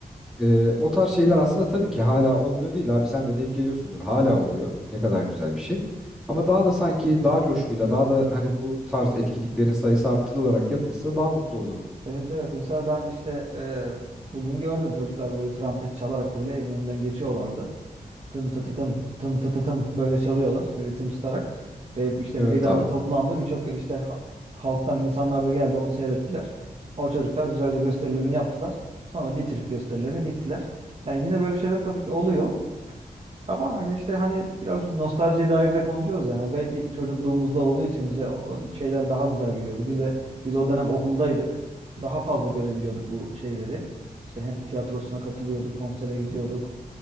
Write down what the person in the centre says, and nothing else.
Ee, o tarz şeyler aslında tabii ki hala olmuyor değil abi. Sen de denk geliyorsundur. Hala oluyor. Ne kadar güzel bir şey. Ama daha da sanki daha coşkuyla daha da hani bu tarz etkinliklerin sayısı arttırılarak yapılsa daha mutlu olurum.
Evet
abi.